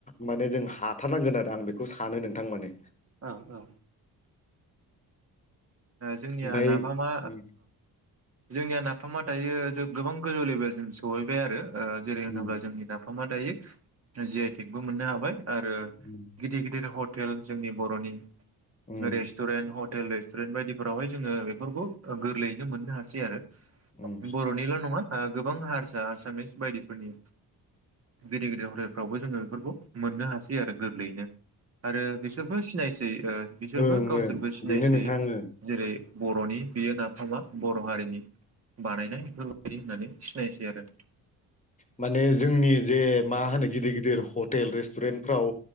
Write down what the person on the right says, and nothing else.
औ औ जोंनिया
नाफामा
जोंनिया ना साफामा दायो जों गोबां गोजौ लेभेलसिम सहैबाय आरो जेरै होनोब्ला
जोंनि दा दायो जि आइ टेकबो मोननो हाबाय आरो
गिदिर गिदिर हट हटेल जोंनि बर'नि
रेस्ट'रेन्ट हटेल बायदि फोरावहाय जोङो बेफोरखौ गोरलैयैनो मोननो हासै आरो
बर'निल' नङा गोबां हारसा आसामिस बायदिफोरनि गिदिर गिदिर हटेलफ्रावबो जोङो बेफोरखौ मोननो हासै आरो गोरलैयैनो आरो बिसोरबो सिनायसै बिसोरबो
गावसोरबो
सिनायसै
जेरै बर'नि बियो नाफामा बर' हारिनि बानायनाय बेफोरबायदि होननानै सिनायसै आरो।